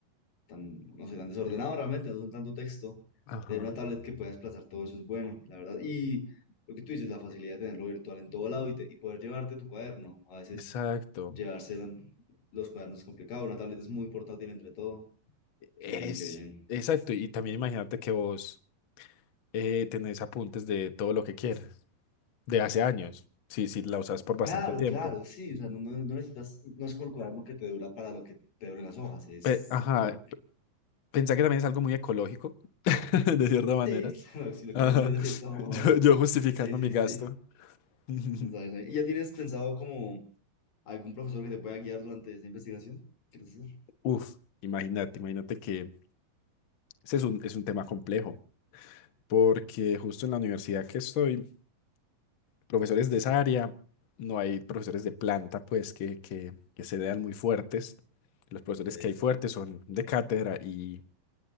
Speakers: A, on the left (about 65°); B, on the left (about 85°).
A: tan, no sé, tan desordenado
B: Sí.
A: realmente, no son tanto texto.
B: Ajá,
A: Tener una tablet que pueda desplazar todo eso es bueno, la verdad. Y lo que tú dices, la facilidad de tenerlo virtual en todo lado y, te- y poder llevarte tu cuaderno. A veces
B: exacto.
A: llevarse los cuadernos es complicado, una tablet es muy portátil entre todo.
B: Es,
A: Qué bien, qué bien.
B: exacto. Y también imagínate que vos eh, tenés apuntes de todo lo que quieres, de hace años. Sí, sí, la usas por bastante
A: Claro,
B: tiempo.
A: claro, sí, o sea, no, no, no necesitas, no es como el cuaderno que te dura para lo que te duran las hojas, es...
B: Pe- ajá,
A: lo-
B: pensá que también es algo muy ecológico, <laughs> de cierta manera.
A: sí, <laughs> claro, si lo
B: Ajá,
A: quieres ver de cierto modo.
B: yo, yo justificando
A: Sí, sí,
B: mi gasto.
A: sí.
B: <laughs>
A: Está bien, está bien. ¿Y ya tienes pensado como algún profesor que te pueda guiar durante esta investigación? ¿Quieres hacer?
B: Uf, imagínate, imagínate que ese es un, es un tema complejo, porque justo en la universidad que estoy profesores de esa área, no hay profesores de planta, pues, que, que, que se vean muy fuertes. Los profesores
A: Ok.
B: que hay fuertes son de cátedra y,